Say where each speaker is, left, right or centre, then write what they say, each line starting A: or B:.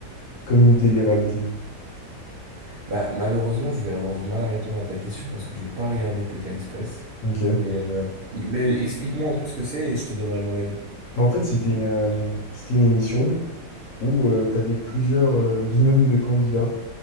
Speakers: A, on the left; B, on the right.
A: comme une télé-réalité?
B: Bah, malheureusement, je vais avoir du mal à répondre à ta question parce que j'ai pas regardé Pékin Express.
A: Ok.
B: Mais, euh, mais explique-moi un peu ce que c'est et je te donnerai mon avis.
A: Bon, en fait, c'était une, euh, c'était une émission où tu avais plusieurs euh, binômes de candidats